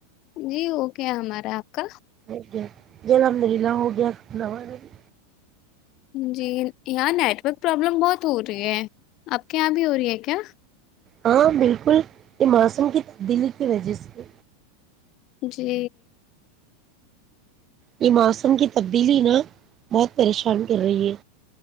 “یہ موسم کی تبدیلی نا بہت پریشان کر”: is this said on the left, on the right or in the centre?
Right